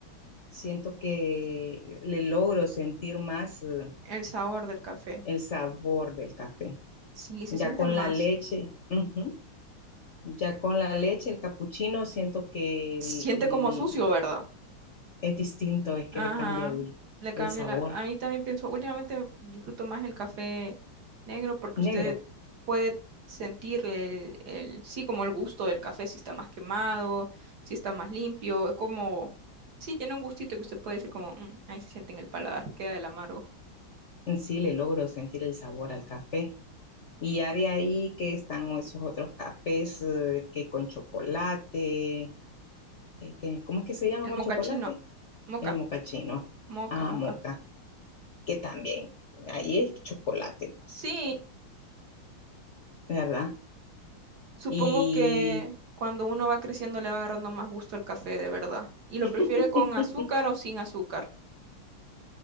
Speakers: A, on the left; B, on the right.
A: siento que le logro sentir más eh,
B: El sabor del café.
A: el sabor del café.
B: Sí, se
A: Ya
B: siente
A: con
B: más.
A: la leche, ujú, Ya con la leche, el capuchino, siento que
B: Se siente como sucio, ¿verdad?
A: es distinto, es que
B: Ajá,
A: le cambia el,
B: le cambio
A: el sabor
B: la... A mí también pienso, últimamente disfruto más el café negro porque
A: negro.
B: usted puede sentirle el, el, sí, como el gusto del café, si está más quemado, si está más limpio, es como, sí, tiene un gustito que usted puede decir como, "Mm, ahí se siente en el paladar, queda del amargo.
A: En sí le logro sentir el sabor al café. Y ya de ahí que están esos otros cafés eh, que con chocolate, eh, que, ¿cómo es que se llama
B: El
A: con
B: mocachino,
A: chocolate?
B: moca,
A: El mocachino,
B: moca,
A: ah,
B: moca.
A: moca, que también, ahí es chocolate, pues,
B: Sí,
A: ¿verdad?
B: supongo
A: Y
B: que cuando uno va creciendo le va agarrando más gusto al café, de verdad. ¿Y lo prefiere
A: <laughs>
B: con azúcar o sin azúcar?